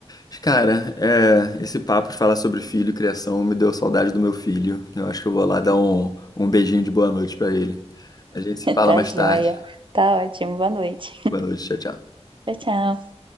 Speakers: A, on the left (about 35°); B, on the right (about 45°).
A: Mas, Cara, é, esse papo de falar sobre filho e criação me deu saudade do meu filho. Eu acho que eu vou lá dar um, um beijinho de boa noite pra ele. A gente se fala
B: Tá
A: mais
B: joia.
A: tarde.
B: Tá ótimo. Boa noite.
A: Boa noite, tchau, tchau.
B: Tchau, tchau.